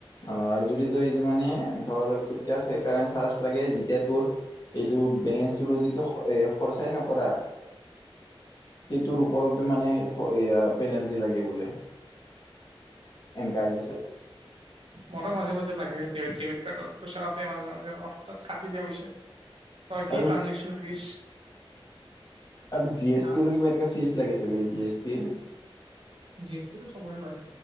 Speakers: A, on the left (about 45°); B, on the right (about 65°).
A: অ আৰু যদি তই এইটো মানে ধৰ তোৰ কি আছে সেইকাৰণে চাৰ্জ লাগে যেতিয়া তোৰ এইটো বেলেঞ্চটোতো যিটো স এ খৰচাই নকৰা সেইটোৰ ওপৰতে মানে এয়া পেনেল্টি লাগে বোলে এনকাইজেছা-
B: মন মাজে মাজে লাগে ডেবিত ডেবিট কাৰ্ডত পইচা কাতে মাজে মাজে অস্তাৎ কাটি নিয়ে বুইছে। কয় কি
A: আৰু
B: ট্ৰানঞ্জেকশ্যন ফিজ।
A: আৰু জি এছ
B: হা
A: টি ৰ কিবা এনেকা ফিচ লাগে ছাগে জি এছ টিৰ।
B: জি এছ টিটো চবৰে হয়।